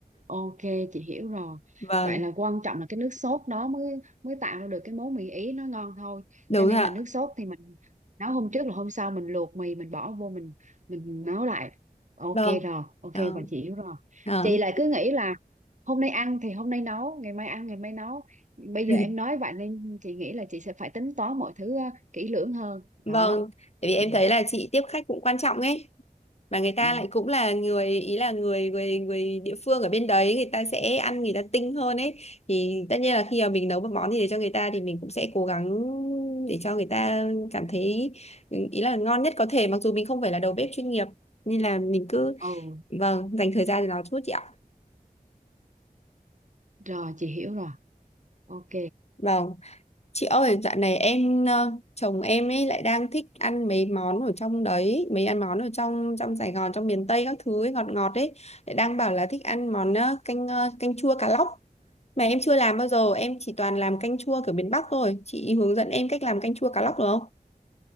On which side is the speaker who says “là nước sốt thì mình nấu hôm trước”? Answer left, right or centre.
Right